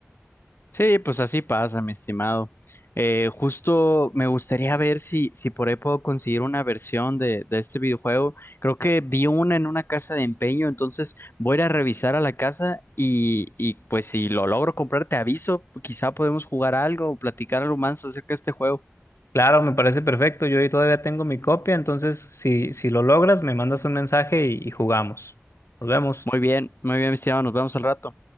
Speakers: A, on the left (about 55°); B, on the left (about 85°).
A: Sí, pues así pasa, mi estimado. Eh, justo me gustaría ver si, si por ahí puedo conseguir una versión de, de este videojuego. Creo que vi una en una casa de empeño, entonces voy a ir a revisar a la casa y, y pues si lo logro comprar, te aviso. Quizá podemos jugar algo o platicar algo más acerca de este juego.
B: Claro, me parece perfecto. Yo ahí todavía tengo mi copia, entonces si, si lo logras, me mandas un mensaje y, y jugamos. Nos vemos.
A: Muy bien, muy bien, mi estimado. Nos vemos al rato.